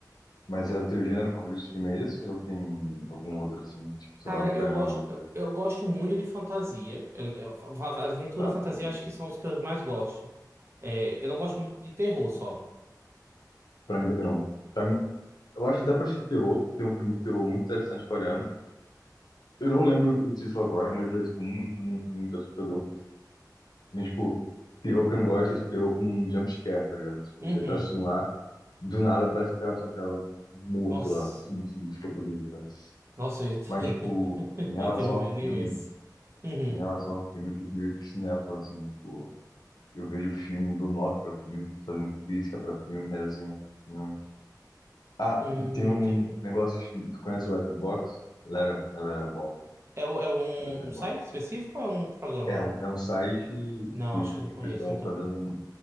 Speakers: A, on the left; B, on the right.
A: mas é o teu gênero favorito de filme é esse? Ou tem algum outro, assim, tipo, sei
B: Cara,
A: lá, drama,
B: eu gosto,
A: alguma coisa?
B: eu gosto muito de fantasia. Eu- eu- va- aventura,
A: Tá,
B: fantasia,
A: fantasia.
B: eu acho que são os que eu mais gosto. É, eu não gosto muito de terror só.
A: Pra mim também não. Pra mim, eu acho que dá pra assistir terror. Tem um filme de terror muito interessante coreano. Eu não lembro o título agora, mas ele é, tipo, muito, muito, muito assustador. Mas, tipo, terror que eu não gosto é esse terror com jump scare, tá ligado? Tipo,
B: Uhum.
A: você tá assistindo lá, do nada aparece um cara na sua tela morto
B: Nossa.
A: lá. Assim, Isso, isso fica terrível, cara.
B: Nossa, eu, te-
A: Mas, tipo,
B: <laughs>
A: em relação
B: eu tenho um medo
A: a filme,
B: imenso. Uhum.
A: em relação a filme, eu fico meio que cinéfilo, assim, tipo, eu vejo filme, dou nota pra filme, fico fazendo crítica pra filme, resenha pra filme. Ah,
B: Hum,
A: tem um
B: entendeu.
A: negócio de Tu conhece o Letterboxd? Letter, Letterboxd.
B: É, o- é um,
A: Letterboxd.
B: um site específico ou é um programa?
A: É um, é um site
B: Não,
A: que
B: acho
A: o
B: que eu não conheço,
A: pessoal
B: então.
A: fica dando